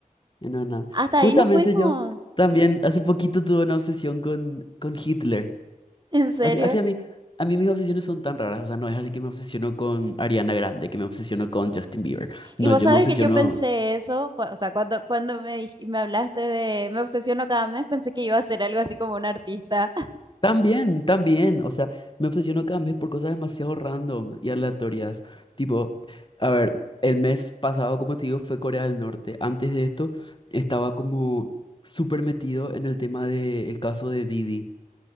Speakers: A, on the left (about 35°); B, on the right (about 30°).
A: en Ana.
B: Hasta
A: Justamente
B: ahí nos fuimos.
A: yo también hace poquito tuve una obsesión con, con Hitler.
B: <laughs> En serio.
A: Así, así a mí, a mí mis obsesiones son tan raras, o sea, no es así que me obsesiono con Ariana Grande, que me obsesiono con Justin Bieber. No,
B: Y vos
A: yo
B: sabés
A: me obsesiono
B: que yo pensé eso, cu- o sea, cuando, cuando me, dij- me hablaste de Me obsesiono cada mes, pensé que iba a ser algo así como un artista. <laughs>
A: también, también, o sea, me obsesiono cada mes por cosas demasiado random y aleatorias. Tipo, a ver, el mes pasado, como te digo, fue Corea del Norte. Antes de esto, estaba como súper metido en el tema del caso de Didi.